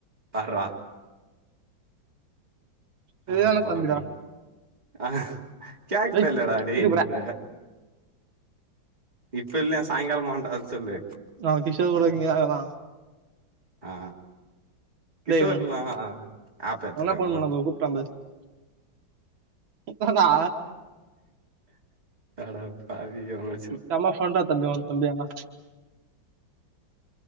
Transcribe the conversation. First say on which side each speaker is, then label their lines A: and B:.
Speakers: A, on the right (about 20°); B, on the right (about 85°).
A: பார்ரா
B: சரியான
A: அடாப்பாவி
B: தம்பிடா
A: ஆ கேக்தெல்லட
B: டேய்
A: டேய்
B: இரு
A: என்ட
B: போடா
A: இப்ப இல்ல சாயிங்காலமாண்ட சொல்லு
B: அவ கிஷோர் கூட இங்க தா இருந்தா
A: ஆ கிஷோர்லா
B: டேய்
A: ஆப் ஏத்லயாமா
B: அவன்தா <unintelligible> உக்கார்ரா
A: அடபாவிகளே
B: செம்ம ஃபன்றா தம்பி உன் தம்பி ஆனா